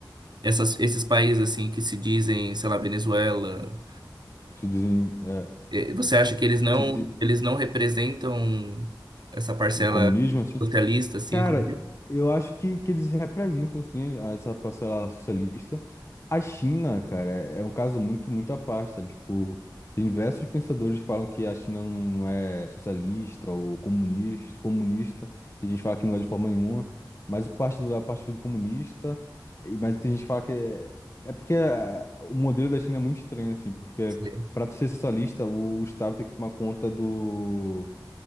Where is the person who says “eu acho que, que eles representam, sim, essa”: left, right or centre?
Left